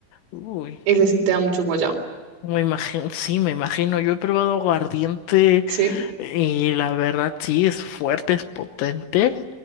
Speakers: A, on the left; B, on the right.
A: Uy,
B: ese sí te da mucho guayabo.
A: me imagino, sí, me imagino, yo he probado aguardiente.
B: ¿sí?
A: Y la verdad sí es fuerte, es potente.